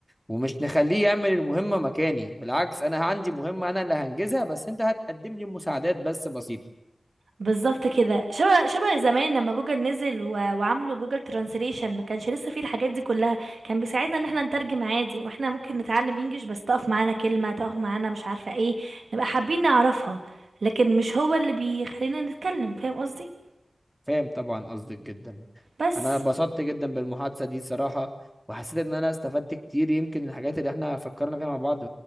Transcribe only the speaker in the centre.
ومش نخليه يعمل المهمه مكاني بالعكس انا عندي مهمه انا اللي هنجزها بس انت هتقدم لي مساعدات بس بسيطه
فاهم طبعا قصدك جدا
انا اتبسطت جدا بالمحادثه دي صراحه وحسيت ان انا استفدت كتير يمكن الحاجات اللي احنا فكرنا فيها مع بعض